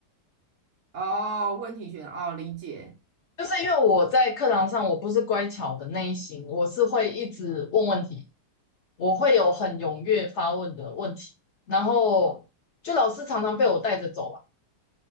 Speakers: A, on the right; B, on the left.
A: 哦，问题选哦，理解
B: 就是因为我在课堂上我不是乖巧的那一型，我是会一直问问题，我会有很踊跃发问的问题，然后就老师常常被我带着走了。